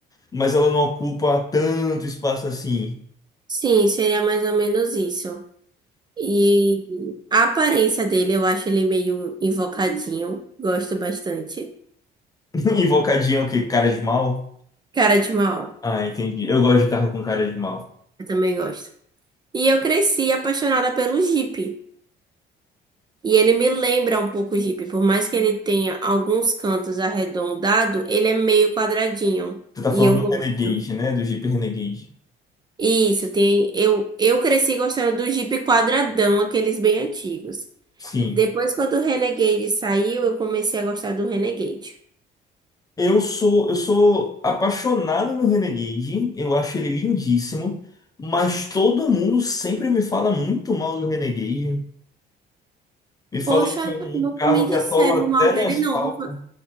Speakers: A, on the left (about 20°); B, on the right (about 25°).
A: mas ela não ocupa tanto espaço assim.
B: Sim, seria mais ou menos isso. E a aparência dele, eu acho ele meio invocadinho. Gosto bastante.
A: <laughs> Invocadinha é o quê? Cara de mal?
B: Cara de mal,
A: Ah, entendi. Eu gosto de carro com cara de mal.
B: eu também gosto. E eu cresci apaixonada pelo Jeep. E ele me lembra um pouco o Jeep. Por mais que ele tenha alguns cantos arredondados, ele é meio quadradinho.
A: Você tá
B: E
A: falando
B: eu gosto.
A: do Renegade, né? Do Jeep Renegade.
B: Isso, tem. Eu, eu cresci gostando do Jeep quadradão, aqueles bem antigos.
A: Sim.
B: Depois, quando o Renegade saiu, eu comecei a gostar do Renegade.
A: Eu sou, eu sou apaixonado no Renegade, eu acho ele lindíssimo, mas todo mundo sempre me fala muito mal do Renegade. Me fala
B: Poxa,
A: que é um
B: nunca
A: carro
B: me
A: que atola
B: disseram
A: até
B: mal dele,
A: no asfalto.
B: não. O que foi